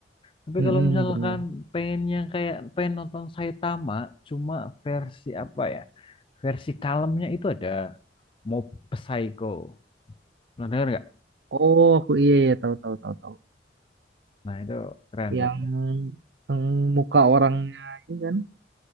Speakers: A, on the left (about 30°); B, on the right (about 65°).
A: Tapi
B: Mm-mm,
A: kalau misalkan
B: benar
A: pengennya kayak pengen nonton Saitama, cuma versi apa ya? Versi kalemnya itu ada Mob Psycho. Pernah dengar nggak?
B: oh aku iya iya tahu tahu tahu tahu
A: Nah itu keren
B: yang,
A: tuh.
B: yang muka orangnya ini kan